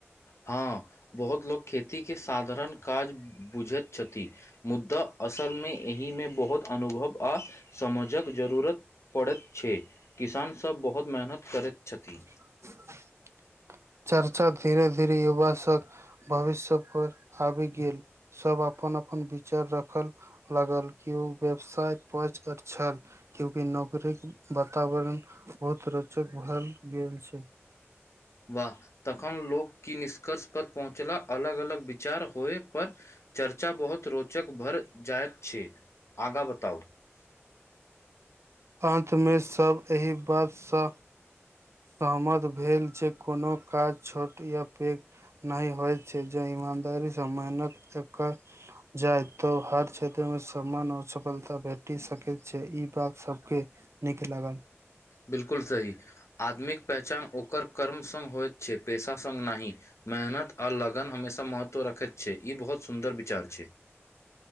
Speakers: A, on the left; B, on the right.
A: हँ बहुत लोको खेतीक के साधारण काज बुझैत छथि मुद्दा असलमे एहिमे बहुत अनुभव आ समझक जरूरत पड़ैत छै किसानसभ बहुत मेहनत करैत छथिन
B: <inaudible> चर्चा धीरे धीरे युवा सभ भविष्य पर आबि गेल सब अपन अपन विचार रखल लागल के ओ व्यवसाय पच आ छल क्यूंकि नौकरीक वातावरण बहुत रोचक भ गेल छै
A: वाह तखन लोक की निष्कर्ष पर पहुँचला अलग अलग विचार होए पर चर्चा बहुत रोचक भर जायत छै आगाँ बताउ
B: अन्तमे सभ एहि बातसँ सहमत भेल जे कोनो काज छोट या पैघ नहि होइ छै जे इमानदारी समयनक चकर जाय तऽ हर क्षेत्र मे सम्मान आऔर सफलता भेटी सकैत छै ई बात सब के निक लागल
A: बिलकुल सही आदमिक पहचान ओकर कर्म स होयइत छै पेशा संग नहि मेहनत आ लगन हमेशा महत्व रखैत छै ई बहुत सुन्दर विचार छै